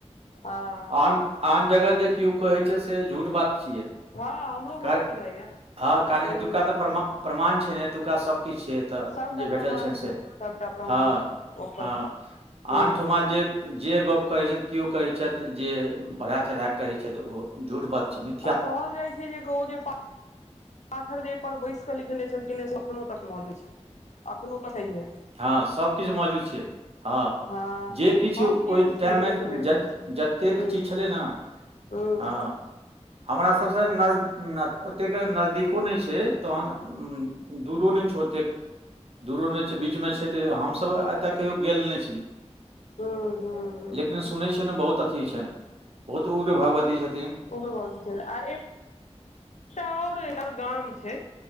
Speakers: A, on the left; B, on the right.
A: हँ
B: <inaudible> आन आन जगह जे किओ कहै छै स- से झूठ बात छियै।
A: हँ हमरो उएह
B: कार
A: बुझाइया
B: हं कारण
A: हूँ
B: एतुका त परमा प्रमाण छै ने एतुका सब से त
A: सभटा
B: जे भेटल
A: प्रमाण
B: छनि से,
A: छै सभटा प्रमाण
B: हं-हं।
A: छै ओकर हूँ
B: आन ठमा जे जे गप कहै छथि किओ कहै छथि जे बढ़ा चढ़ाक कहै छथि ओ। झूठ बात छैक मीत।
A: आ कहल जाइ छै जे कहु जे ओ पा पाथर जेहिपर बैसिकऽ लिखने छलखिन हैं से अखनो तक मौजूद छय अखनो तक हैहे।
B: हँ सभकिछ मौजूद छैय। हँ
A: हँ
B: जे किछु
A: हम
B: ओय
A: गेल
B: टाइम
A: छी
B: मे
A: एक बेर
B: जत
A: गेल छी
B: जतेक
A: हूँ
B: चीज छलै न
A: हूँ
B: हांँ। हमरा सबसँ नज ओतेक नजदीको नय छै तखन हम दूरो नै छै ओत्तेक, दूरो नय बीचमे छै तऽ हमसभ ओतय कहियो गेल नय छी
A: हूँ हूँ हूँ
B: लेकिन सु सुनै छियनि बहुत अथि छनि बहुत उग्र भगवती छथिन।
A: उग्र भगवती छथिन आ एक चाउर एकर गाम छै